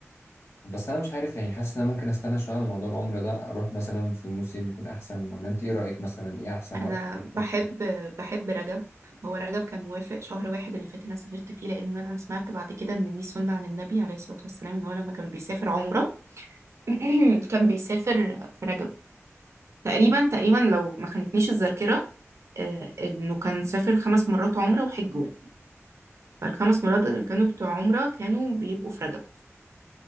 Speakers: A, on the left; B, on the right.
A: بس أنا مش عارف يعني حاسس إن أنا ممكن أستنى شوية على موضوع العمر ده أروح مثلا في موسم يكون أحسن ولا أنت إيه رأيك مثلا إيه أحسن وقت
B: انا
A: <laughs>
B: بحب بحب رجب هو رجب كان موافق شهر واحد اللي فات اللي انا سافرت فيه لان انا أنا سمعت بعد كده ان دي سنه عن النبي عليه الصلاه والسلام ان هو لما كان بيسافر عمره <clears throat> كان بيسافر في رجب تقريبا تقريبا لو ما خانتنيش الذاكرة آه، انه كان سافر خمس مرات عمرة وحج واحد فالخمس مرات اللي كانوا بتوع عمرة كانوا بيبقوا في رجب